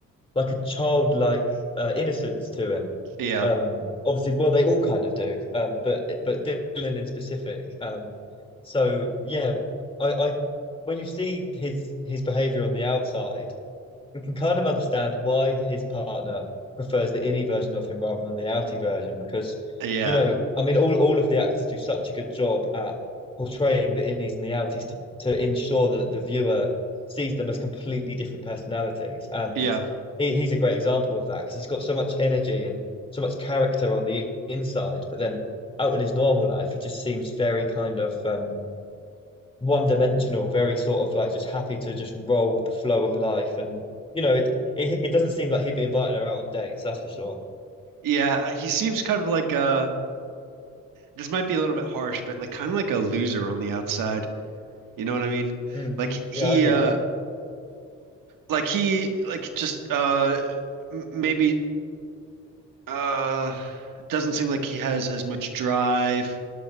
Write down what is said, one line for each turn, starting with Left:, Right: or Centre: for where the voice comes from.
Left: like a childlike uh, innocence to him.
Right: yeah,
Left: Um, obviously, well, they all kind of do. Um, but but Dylan in specific. Um, so yeah, I I when you see his his behavior on the outside we can kind of understand why his partner prefers the innie version of him rather than the outie version because,
Right: yeah,
Left: you know, I mean, all, all of the actors do such a good job at portraying the innies and the outies to, to ensure that the viewer sees them as completely different personalities. And
Right: yeah,
Left: he, he's a great example of that because he's got so much energy and so much character on the inside, but then out in his normal life, he just seems very kind of um, one dimensional, very sort of like just happy to just roll with the flow of life. And you know, it it, it doesn't seem like he'd be inviting her out on dates, that's for sure.
Right: yeah. He seems kind of like uh, this might be a little bit harsh, but like kind of like a loser on the outside. You know what I mean?
Left: Mm.
Right: Like he
Left: Yeah, I agree
Right: uh
Left: with that.
Right: like he like just uh m- maybe uh doesn't seem like he has as much drive